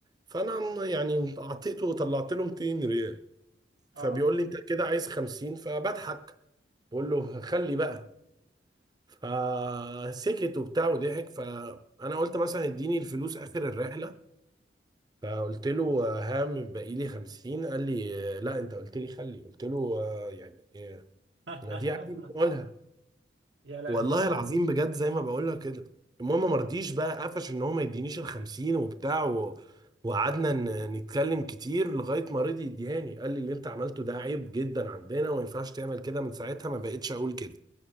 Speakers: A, on the right; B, on the right.
A: فانا عم- يعني اعطيته وطلعت له 200 ريال فبيقول
B: اه
A: لي انت كده عايز 50 فبضحك بقول له خلي بقى فسكت وبتاع وضحك فانا قلت مثلا اديني الفلوس اخر الرحله فقلت له آه، ها من باقي لي 50 قال لي آه، لا انت قلت لي خلي قلت له آه، يعني آه،
B: <laughs>
A: انا دي عادي بقولها
B: يا لهوي
A: والله العظيم بجد زي ما بقولها كده المهم ما رضيش بقى قفش ان هو ما يدينيش ال 50 وبتاع و... وقعدنا ن- نتكلم كتير لغايه ما رضي يديهاني قال لي اللي انت عملته ده عيب جدا عندنا وما ينفعش تعمل كده من ساعتها ما بقتش اقول كده